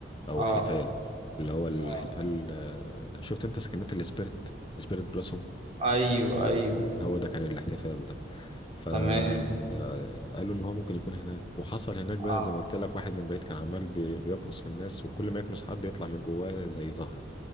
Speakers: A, on the left (about 25°); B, on the right (about 35°).
A: أو
B: اه
A: احتفال اللي هو الاحتفال
B: اه
A: آه، شفت أنت سكنات السبيرت سبيرت بلوسوم
B: ايوه ايوه
A: هو ده كان الاحتفال ده فقالوا
B: تمام
A: إن هو ممكن يكون هناك وحصل هناك بقى
B: اه
A: زي ما قلت لك واحد من بعيد كان عمال بي- بيكنس في الناس وكل ما يكنس حد يطلع من جواه زي زهرة